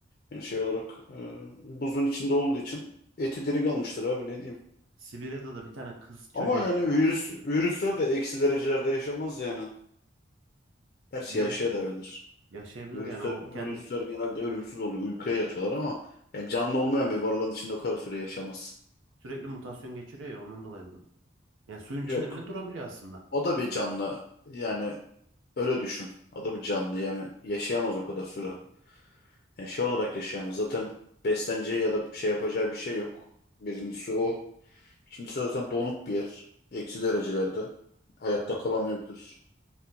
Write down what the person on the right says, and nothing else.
Sibirya'da da bir tane kız çocuğu
çıktı.
Bilmiyorum
ki.
Yaşayabilir
yani. O
kendi
sürekli mutasyon geçiriyor ya ondan dolayı dedim. Yani suyun
içinde bile durabiliyor aslında.
Evet.